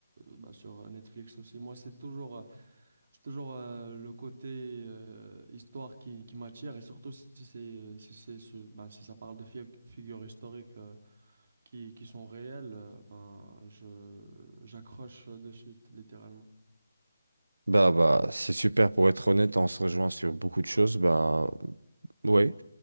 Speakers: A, on the right (about 50°); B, on the right (about 75°).
A: bah, sur Netflix aussi. Moi, c'est toujours, euh, c'est toujours euh, le côté euh, histoire qui, qui m'attire, et surtout si c'est, si c'est, sur- bah, si ça parle de fig- figures historiques euh, qui, qui sont réelles, euh, ben, je, j'accroche de suite, littéralement.
B: Bah, bah, c'est super pour être honnête, on se rejoint sur beaucoup de choses. Bah, ouais.